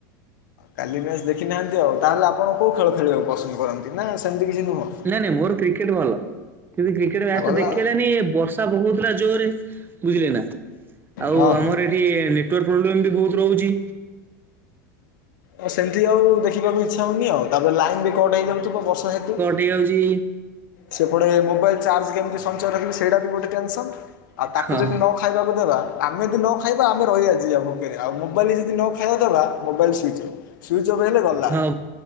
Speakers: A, on the left (about 80°); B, on the right (about 20°).
A: କାଲି ମ୍ୟାଚ ଦେଖିନାହାନ୍ତି ଆଉ ତାହେଲେ ଆପଣ କୋଉ ଖେଳ ଖେଳିବାକୁ ପସନ୍ଦ କରନ୍ତି ନା ସେମିତି କିଛି ନୁହଁ।
B: ନାଇଁ ନାଇଁ ମୋର କ୍ରିକେଟ ଭଲ କିନ୍ତୁ କ୍ରିକେଟ ମ୍ୟାଚଟା
A: ଆଉ ଗଲା
B: ଦେଖିହେଲାନି ବର୍ଷ ସା ପକୋଉଥିଲା ଜୋରେ ବୁଝିଲେନା ଆଉ
A: ହଁ
B: ଆମର
A: ହଁ।
B: ଏ ଇଏ ନେଟୱାର୍କ ପ୍ରୋବ୍ଲେବି ବହୁତ ରହୁଚି।
A: ଆଉ ସେମିତି ଆଉ ଦେଖିବାକୁ ଇଚ୍ଛା ହଉନି ଆଉ ତାପରେ ଲାଇନବି କଟ ହେଇଯାଉଥିବ ବର୍ଷା ହେତୁ।
B: ଇଏ ହଉଚି।
A: ସେପଟେ ମୋବାଇଲ ଚାର୍ଜ କେମିତି ସଞ୍ଚୟ ରଖିବି ସେଇଟାବି ଗୋଟେ ଟେନସନ ଆଉ ତାକୁ
B: ହଁ
A: ଯଦି ନ ଖାଇବାକୁ ଦେବା ଆମେ ଯଦି ନଖାଇବା ଆମେ ରହିବା ଯିବା ଗୋଟେ ଦିନ ଆଉ ମୋବାଇଲ ଜଦି ନଖାଇବାକୁ ଦବା ମୋବାଇଲ ସୁଇଚି ସୁଇଚଅଫ ହେଲେ ଗଲା
B: ହଁ